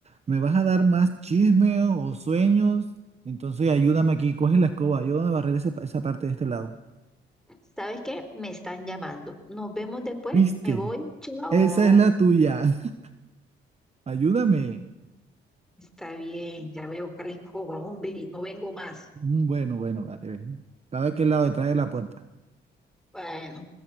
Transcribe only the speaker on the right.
me vas a dar más chisme o sueños, entonces ayúdame aquí, coge la escoba, ayúdame a barrer ese pa- esa parte de este lado.
¿Viste?
Esa es la tuya. <laughs> Ayúdame.
Mm, Bueno, bueno, vale. ven. ¿Sabe a qué lado detrás de la puerta?